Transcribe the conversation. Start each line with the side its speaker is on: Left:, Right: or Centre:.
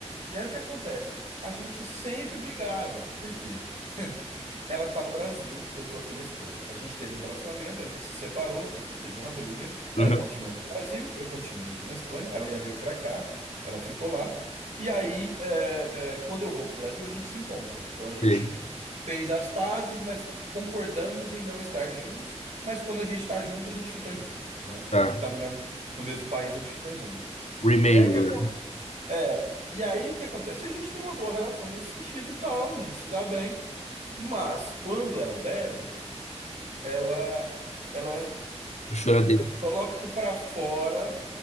Right: E aí o que acontece? A gente sempre brigava. Por quê? <laughs> Ela tá no Brasil, eu tô aqui na Espanha. A gente teve um relacionamento, a gente se separou porque teve uma briga. Ela
Left: Uhum.
Right: continuou no Brasil, eu continuei aqui na Espanha. Ela ia vir pra cá, ela ficou lá. E aí, é, é, quando eu vou pro Brasil, a gente se encontra. Então a gente
Left: Sim.
Right: fez as pazes, mas concordamos em não estar juntos. Mas quando a gente tá junto, a gente fica junto, né?
Left: Tá.
Right: Quando a gente tá no mesmo, no mesmo país, a gente fica junto.
Left: Remember.
Right: E aí o que acontece? É, e aí o que acontece? A gente tem uma boa relação nesse sentido e tal, a gente se dá bem, mas quando ela bebe, ela ela
Left: A choradeira.
Right: coloca pra fora